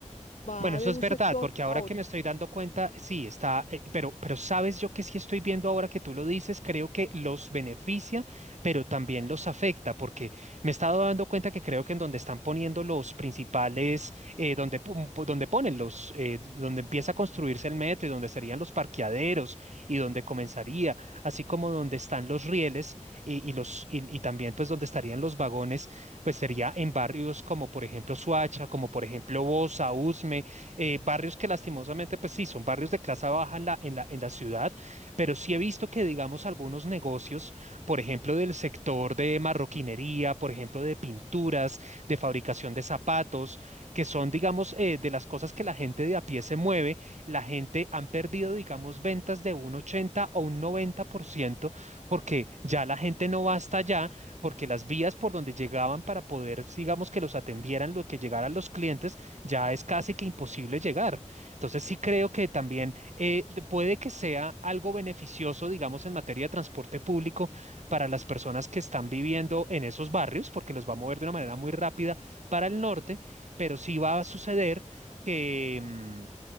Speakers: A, on the left; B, on the right.
A: va
B: Bueno, eso
A: de un
B: es verdad,
A: sector
B: porque
A: a
B: ahora
A: otro.
B: que me estoy dando cuenta, sí, está, eh, pero, pero sabes yo que sí estoy viendo ahora que tú lo dices, creo que los beneficia, pero también los afecta, porque me he estado dando cuenta que creo que en donde están poniendo los principales, eh, donde, pu- pu- donde ponen los, eh, donde empieza a construirse el metro y donde serían los parqueaderos y donde comenzaría, así como donde están los rieles y, y los, y y también pues donde estarían los vagones, pues sería en barrios como por ejemplo Suacha, como por ejemplo Bosa, Usme eh, barrios que lastimosamente, pues sí, son barrios de clase baja en la, en la, en la ciudad, pero sí he visto que, digamos, algunos negocios, por ejemplo, del sector de marroquinería, por ejemplo, de pinturas, de fabricación de zapatos, que son, digamos, eh, de las cosas que la gente de a pie se mueve, la gente han perdido, digamos, ventas de un 80 o un 90% porque ya la gente no va hasta allá, porque las vías por donde llegaban para poder, digamos, que los atendieran, lo que llegaran los clientes, ya es casi que imposible llegar. Entonces sí creo que también eh, de- puede que sea algo beneficioso, digamos, en materia de transporte público para las personas que están viviendo en esos barrios, porque los va a mover de una manera muy rápida para el norte, pero sí va a suceder que... mm,